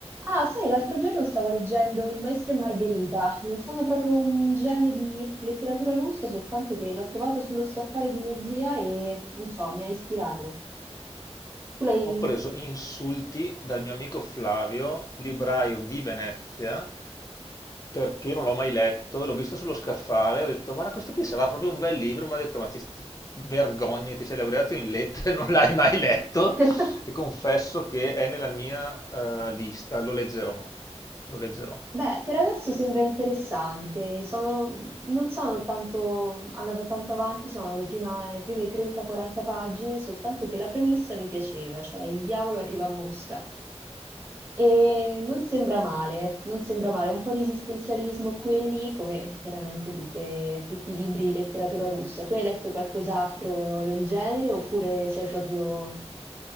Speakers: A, on the right (about 20°); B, on the left (about 30°).
A: Ah, sai, l'altro giorno stavo leggendo Il Maestro e Margherita. Non sono proprio un genio di letteratura russa, soltanto che l'ho trovato sullo scaffale di mia zia e, non so, mi ha ispirato. Tu l'hai...
B: Ho preso insulti dal mio amico Flavio, libraio di Venezia, perché non l'ho mai letto, l'ho visto sullo scaffale, ho detto, guarda, questo qui sarà proprio un bel libro, mi ha detto, ma ti, ti vergogni, ti sei laureato in lettere, <laughs> non l'hai mai letto,
A: <laughs>
B: e confesso che è nella mia eh, lista, lo leggerò, lo leggerò.
A: Beh, per adesso sembra interessante. Sono non sono tanto andata tanto avanti, sono le prima- prime 30-40 pagine, soltanto che la premessa mi piaceva, cioè il diavolo arriva a Mosca. E non sembra male, non sembra male, un po' di esistenzialismo qui e lì, come chiaramente tutte- tutti i libri di letteratura russa. Tu hai letto qualcos'altro del genere oppure sei proprio...